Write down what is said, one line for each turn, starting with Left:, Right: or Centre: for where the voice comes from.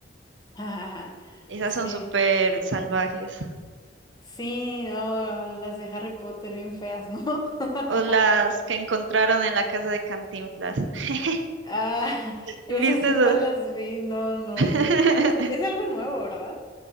Left: <laughs>
Right: Esas
Left: Sí.
Right: son súper salvajes.
Left: Sí, no, las de Harry Potter bien feas, ¿no? <laughs>
Right: O las que encontraron en la casa de Cantinflas. <laughs>
Left: Ah, esas
Right: ¿Viste
Left: no
Right: eso?
Left: las vi, no, no.
Right: <laughs>
Left: Es, es algo nuevo, ¿verdad?